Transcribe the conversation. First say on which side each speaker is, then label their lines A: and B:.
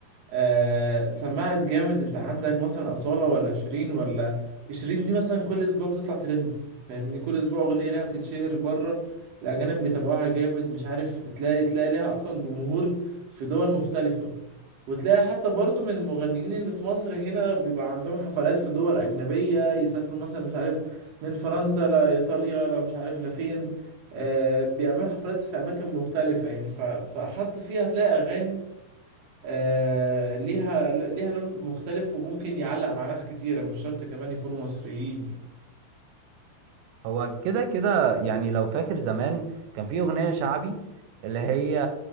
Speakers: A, on the right; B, on the right.
A: آه سمعت جامد انت عندك مثلا أصالة ولا شيرين ولا شيرين دي مثلا كل اسبوع بتطلع ترند فاهمني كل اسبوع أغنية ليها بتتشهر بره الأجانب بيتابعوها جامد مش عارف تلاقي تلاقي ليها أصلا جمهور في دول مختلفة وتلاقي حتى برضو من المغنيين اللي في مصر هنا بيبقى عندهم حفلات في دول أجنبية يسافروا مثلا مش عارف من فرنسا لإيطاليا لا مش عارف لفين آه بيعملوا حفلات في أماكن مختلفة يعني ف... فحتى فيها هتلاقي أغاني آه، ليها ليها لون مختلف وممكن يعلق مع ناس كتيرة مش شرط كمان يكونوا مصريين يعني
B: هو كده كده يعني لو فاكر زمان كان في اغنية شعبي اللي هي